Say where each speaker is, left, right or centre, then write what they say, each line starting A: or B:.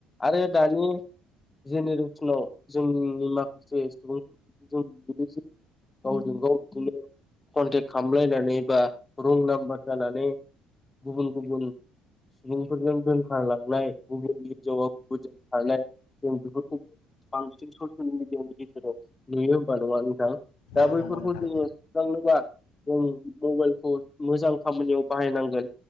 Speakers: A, on the left (about 25°); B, on the left (about 85°).
A: आरो दानि जेनेरेसनाव जोंनि माखासे सुबुंफोरखौ जों नुनो गावजों गावखौनो कनटेक्ट खालामलायनानै बा रं नाम्बार जानानै गुबुन गुबुन सुबुंफोरजों दोनखारलांनाय गुबुननि हिनजावा गुबुनजों खारनाय जों बेफोरखौबो बांसिन ससियेल मिडियानि गेजेराव नुयो होनबा नंङा नोंथां दा
B: औ
A: बैफोरखौ
B: नंगौ नोंथां
A: जोंङो थांनोबा जों मबाइलखौ मोजां खामानियाव बाहायनांगोन